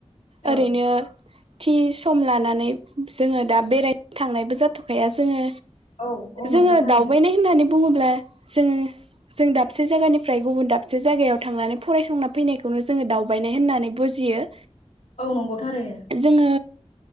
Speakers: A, on the right; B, on the left.
A: ओरैनो
B: औ
A: थि सम लानानै जोङो दा बेरायनो थांनायबो जाथ'खाया जोङो।
B: औ नंगौ
A: जोङो
B: थारैनो
A: दावबायनाय होननानै बुङोब्ला जोङो जों दाबसे जायगानिफ्राय गुबुन दाबसे जायगायाव थांनानै फरायसंना फैनायखौनो जोङो दावबायनाय होननानै बुजि जियो।
B: औ नंगौ थारैनो।
A: जोङो।